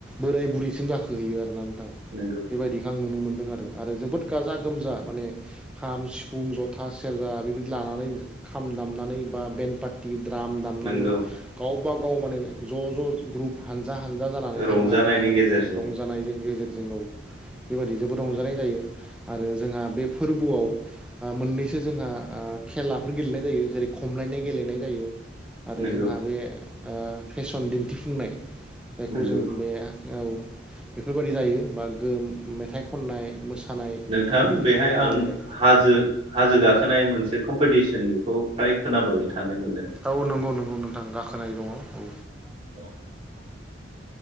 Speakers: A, in the centre; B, on the right (about 30°).
A: बोराय बुरैसिम जाखोहैयो आरोना नोंथां
B: नोंगौ
A: बेबायदिखौ आं नुनो मोनदों आरो जोबोद गाजा गोमजा माने खाम सिफुं जथा सेरजा बेबायदि लानानै खाम दामनानै बा बेन पा- द्राम दामनानै
B: नंगौ
A: गावबा गाव माने ज' ज' ग्रुप हानजा हानजा जानानै थाङो
B: रंजानायनि
A: आरो गाखोनो
B: गेजेरजों
A: बेहाय रंजा- जानायजों गेजेरजों औ बेबायदि जोबोद रंजानाय जायो आरो जोंहा बे फोरबोआव मोननैसो जोंहा खेलाफोर गेलेनाय जायो जेरै खमलायनाय गेलेनाय जायो आरो
B: नंगौ
A: जोंहा बे फेसन दिन्थिफुंनाय जायखौ
B: नंगौ
A: जों बे औ बेफोरबायदि जायो बा गो मेथाइ खननाय मोसानाय बेफोरबायदि
B: थां बेहाय
A: जायो
B: आं
A: आरो
B: हाजो हाजो गाखोनाय मोनसे कम्पिटिसन बेखौ फ्राय खोनाबाय थानाय मोनदों
A: औ नंगौ नंगौ नोंथां गाखोनाय दङ' औ
B: <inaudible>